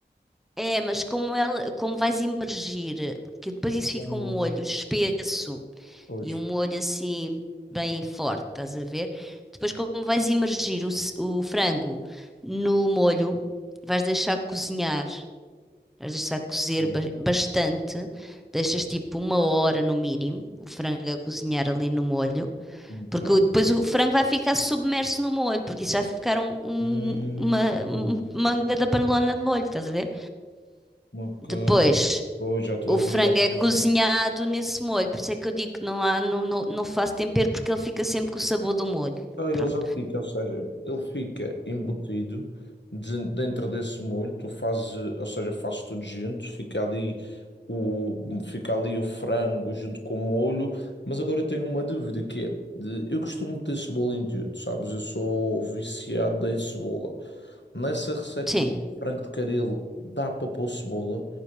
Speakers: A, in the centre; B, on the left.
A: É, mas como ela, como vais imergir, porque depois isso
B: Bom,
A: fica
B: muito,
A: um molho espesso
B: Pois.
A: e um molho assim bem forte, estás a ver? Depois como vais imergir o, s- o frango no molho, vais deixar cozinhar. Mas Deixa cozer
B: Ok.
A: ba- bastante, deixas tipo uma hora no mínimo o frango a cozinhar ali no molho,
B: Ok.
A: porque o- depois o frango vai ficar submerso no molho, porque isso vai ficar um, um-
B: Hum,
A: uma um- manga da panelona de molho, estás a ver?
B: ok.
A: Depois
B: Pois, já estou
A: o frango
B: a ver, já estou.
A: é cozinhado nesse molho, por isso é que eu digo que não há, não, não, não faço tempero porque ele fica sempre com o sabor do molho.
B: Então, Ele
A: Pronto.
B: já fica, ou seja, ele fica embutido de- dentro desse molho, tu fazes, ou seja, fazes tudo junto, fica ali o, fica ali o frango junto com o molho, mas agora eu tenho uma dúvida que é, de- eu costumo ter cebola em tudo, sabes? Eu sou viciado em cebola. Nessa receita
A: Sim.
B: do frango de caril dá para pôr cebola?